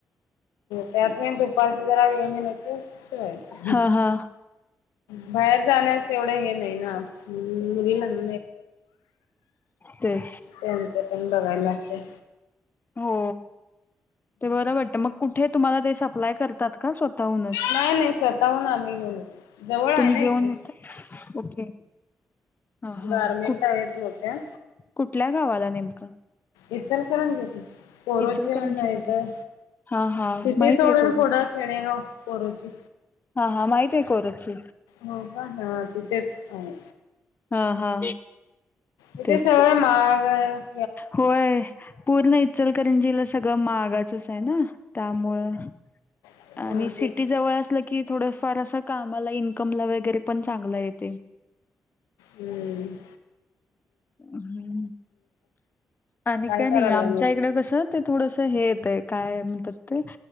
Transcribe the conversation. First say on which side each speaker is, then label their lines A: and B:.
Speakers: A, on the left (about 80°); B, on the left (about 30°).
A: त्यात नाही दुपारच जरा वेळ मिल तर शिवायच
B: हा हा
A: बाहेर जाण्यास एवढं हे नाही ना मुली लह
B: ते
A: त्यांचे पण बघायला लागते
B: हो ते बरं वाटतं मग कुठे तुम्हाला ते सप्लाय करतात का स्वतःहूनच
A: नाही नाही स्वतःहून आम्ही घेऊन जवळ आहे
B: तुम्ही
A: ना
B: घेऊन
A: एकक
B: येता ओके हा हा
A: गारमेंट
B: कु
A: आहेत मोठ्या
B: कुठल्या गावाला नेमका
A: इचाल करण घ कोरोचीण
B: इचलकरंजी
A: नाही
B: मध्येच
A: तर
B: हा हा
A: सिटी
B: माहित
A: सोडून
B: आहे कोरोची
A: फोड खेडेगाव बोरोची
B: हा हा माहिती आहे कररोपची
A: हो हा हा तिथेच आहे
B: हा हा
A: तथे
B: तेच
A: सगळ माारग
B: होय पूर्ण इचलकरंजीला सगळं मागाचच आहे ना त्यामुळं
A: हम्म
B: आणि सिटीजवळ असलं की थोडंफार असं कामाला इन्कमला वगैरे पण चांगलं येते
A: हम्म
B: हम्म आणि काय
A: करायलाय
B: नाही आमच्या
A: मग
B: इकड कस ते थोडस हे येत आहे काय म्हणतात ते